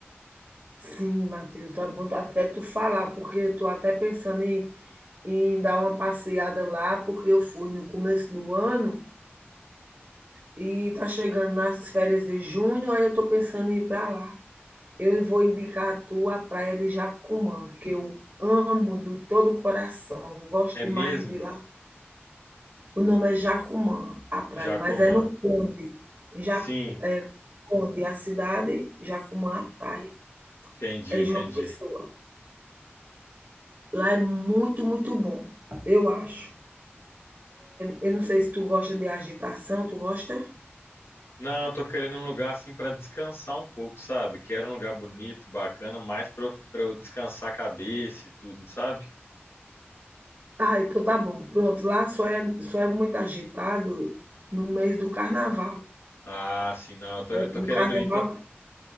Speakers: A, on the right; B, on the left.
A: Sim, Matheus, tá bom até tu falar, porque eu tô até pensando em, em dar uma passeada lá, porque eu fui no começo do ano e tá chegando nas férias de junho, aí eu tô pensando em ir para lá. Eu vou indicar a tu a praia de Jacumã, que eu amo de todo o coração, gosto
B: É
A: demais
B: mesmo,
A: de lá. O nome é Jacumã, a praia,
B: Jacomã?
A: mas é no Conde. Em Jacu,
B: Sim,
A: é Conde, a cidade, Jacumã, a praia.
B: entendi,
A: É
B: entendi.
A: João Pessoa. Lá é muito, muito bom, eu acho. Eu não sei se tu gosta de agitação, tu gosta?
B: Não, eu tô querendo um lugar assim pra descansar um pouco, sabe? Quero um lugar bonito, bacana, mais pra eu, pra eu descansar a cabeça e tudo, sabe?
A: Ah, então tá bom. Pronto, lá só é, só é muito agitado no mês do carnaval.
B: Ah, sim, não, eu tô,
A: Só
B: eu tô
A: No
B: querendo
A: carnaval,
B: ir, tô-